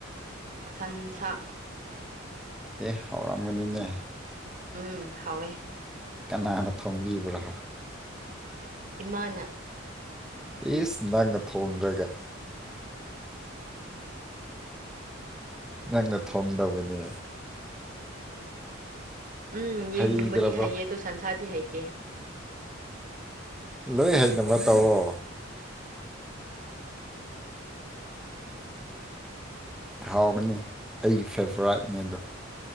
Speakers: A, on the right; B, in the centre.
A: ꯁꯟꯁꯥ
B: ꯑꯦ ꯍꯧꯥꯎꯔꯝꯒꯅꯤꯅꯦ
A: ꯎꯝ ꯍꯋꯦ
B: ꯀꯅꯥꯅ ꯊꯣꯡꯕꯤꯕ꯭ꯔꯣ
A: ꯏꯃꯥꯅ
B: ꯏꯁꯁ ꯅꯪꯒ ꯊꯣꯡꯗ꯭ꯔꯒ ꯅꯪꯅ ꯊꯣꯡꯗꯧꯕꯅꯦ
A: ꯎꯝ
B: ꯍꯩꯗ꯭ꯔꯕꯣ
A: ꯌꯦꯟꯒꯨꯝꯕꯗꯤ ꯍꯩꯌꯦ ꯑꯗꯣ ꯁꯟꯁꯥꯔꯗꯤ ꯍꯩꯇꯦ
B: ꯂꯣꯏ ꯍꯕ ꯇꯧꯔꯣ ꯍꯥꯎꯒꯅꯤ ꯑꯩꯒꯤ ꯐꯦꯚꯣꯔꯥꯏꯠꯅꯦ ꯑꯗꯣ